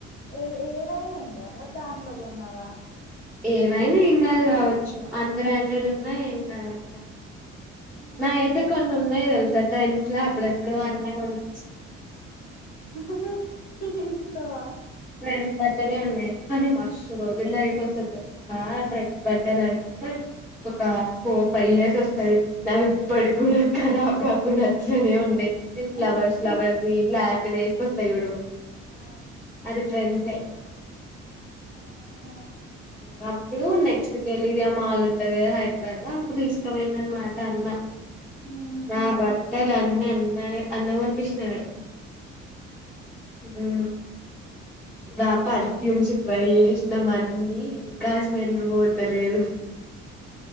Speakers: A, on the left (about 25°); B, in the centre.
A: ఏ ఏవయినా ఎంగాద్ అద్ దాంట్లో కొన్నావా
B: ఏమైనా ఏం కాదు కావచ్చు అన్బ్రాండెడ్ ఉన్నా ఏం గాదంట
A: ఆహా
B: నాయ ఐతే కొన్ని ఉన్నయ్ దెల్సా ట్రెన్ అలా అప్పుడెప్పుడు అన్న గొనిపిచినయ్
A: ఉహు ఇహ్ ఇస్తవా
B: ట్రైన్స్ బట్టలే ఉన్నాయి కానీ మస్ రోజుల్లో అయిపోస్తది ఆ ట్రైన్స్ బట్టలయితే ఒక ఫోర్ ఫై ఇయర్స్ ఒస్ అది నావి ఇప్పటి గూడా కరాబ్ గాకుండా అట్లనే ఉ నేన్ ఫ్లావర్స్
A: ఆ
B: ఫ్లవర్స్ ది బ్లాక్ రేప్ ఏసుకొస్తా యూడు
A: ఆ
B: అది ట్రెండ్స్ ఏ
A: ఆహా
B: వున్నప్ ఇప్పుడు నెక్స్ట్ గలిరియా మాల్ ఉంటది కదా హైదరాబాద్ లో అప్పుడు తీస్కోబోయిండు అనమాట అన్న
A: ఉహు
B: నా బట్టల్ అన్ని అన్ నేనిగ అన్న కొనిపిచ్చినాడు హు ఇగ ఆ పర్ఫ్యూమ్స్ ట్రై చేసినం అన్ని ఇంకా స్మెల్ పోతలేదు.